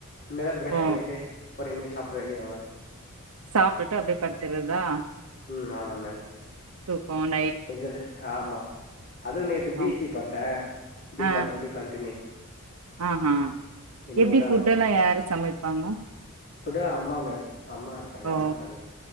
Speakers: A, on the left; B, on the right.
A: இன்மேதா ப்ரஷ்
B: ஓ
A: பண்ணிட்டு பொறுமையா சாப்ட வேண்டியதா
B: சாப்டுட்டு அப்டே படுத்துறதா
A: ம் ஆமா மேம்
B: து ஃபோன்
A: கொஞ்சர ஆமா அதுவு நேத்து பீ
B: ஓ
A: சி பாத்தே பி
B: ஆ
A: பாத்திரபுடி கண்டினியூ
B: ஆஹா
A: இனிமேதா
B: எப்டி ஃபுட்டெல்லா யாரு சமைப்பாங்க
A: ஃபுட்டெலா அம்மா மேம் அம்மா இருக்காங்க
B: ஓ
A: அம்மா சமைப்